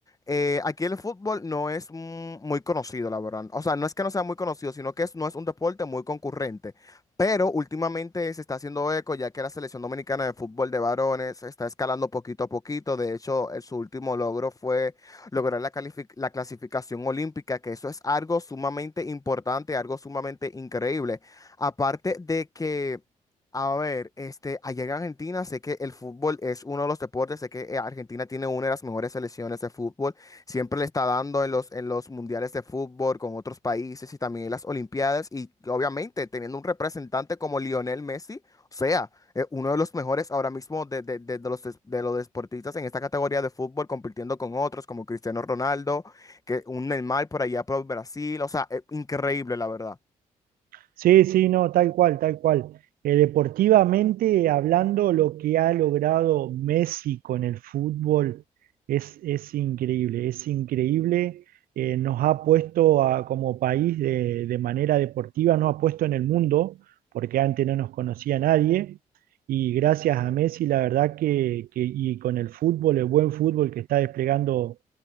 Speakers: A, on the left (about 20°); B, on the right (about 60°).
A: Eh, aquí el fútbol no es mm, muy conocido, la verdad. O sea, no es que no sea muy conocido, sino que es- no es un deporte muy concurrente. Pero últimamente se está haciendo eco, ya que la selección dominicana de fútbol de varones está escalando poquito a poquito. De hecho, eh, su último logro fue lograr la, calific- la clasificación olímpica, que eso es algo sumamente importante, algo sumamente increíble. Aparte de que, a ver, este, allá en Argentina sé que el fútbol es uno de los deportes, sé que eh, Argentina tiene una de las mejores selecciones de fútbol siempre le está dando en los, en los mundiales de fútbol con otros países y también en las Olimpiadas y obviamente teniendo un representante como Lionel Messi, o sea, eh, uno de los mejores ahora mismo de, de- de- de los, des- de los deportistas en esta categoría de fútbol, compitiendo con otros como Cristiano Ronaldo, que un Neymar por allá por Brasil, o sea, eh, increíble la verdad.
B: Sí, sí, no, tal cual, tal cual. Eh, deportivamente hablando, lo que ha logrado Messi con el fútbol es, es increíble, es increíble. Eh, nos ha puesto a- como país de, de manera deportiva, nos ha puesto en el mundo, porque antes no nos conocía nadie. Y gracias a Messi, la verdad que, que- y con el fútbol, el buen fútbol que está desplegando